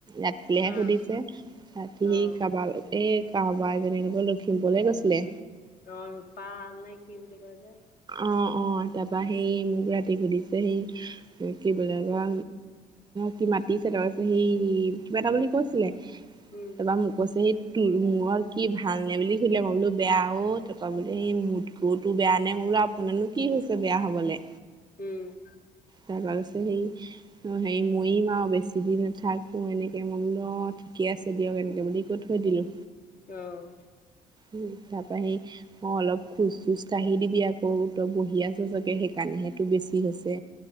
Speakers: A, on the right; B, on the left.
A: ৰাতিলেহে
B: অ',
A: সুধিছে ৰাতি
B: অ',
A: কাৰবাৰ লগত এ কাৱবা এজনিৰ লগত লখিমপুৰলে গৈছিলে
B: অ ৰূপাল নে কি বুলি কয় যে
A: অ অ তাৰপৰা সেই মোক ৰাতি সুধিছে সেই কি বোলে বা কি মাতিছে তাপা সেই কিবা এটা বুলি কৈছিলে
B: উম,
A: তাৰপৰা মোক কৈছেহি তোৰ মূৰত কি ভাল নে বুলি সুধিলে, মই বোলো বেয়া, অ তাৰপৰা বোলে সেই মত গতো বেয়া মানে মই বোলো, আপোনাৰনো কি হৈছে বেয়া হবলে?
B: উম
A: তাৰ কৈছে সেই অ হেৰি মৰিম আৰু বেছি দিন নাথাকো এনেকে, মই বোলো অ ঠিকে আছে দিয়ক, এনেকে বুলি কৈ থৈ দিলো।
B: অ
A: উম। তাৰ পৰা সেই অ অলপ খোজ চোজ কাঢ়ি দিবি আকৌ, তই বহি আছ চাগে সেইকাৰণেহেটো বেছি হৈছে।